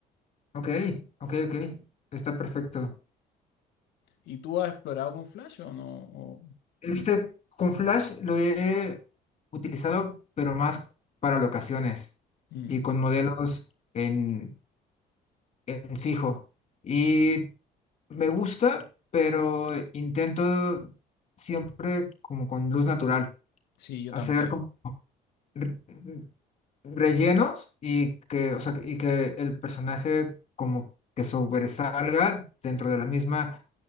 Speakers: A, on the left; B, on the left.
A: Ok, ok, ok, está perfecto.
B: ¿Y tú has explorado con flash o no? O-
A: Este con Flash lo he utilizado, pero más para locaciones.
B: Mm,
A: y con modelos en, en fijo. Y me gusta, pero intento siempre como con luz natural,
B: Sí, yo
A: hacer
B: también.
A: como re- rellenos y que, o sea, y que el personaje como que sobresalga dentro de la misma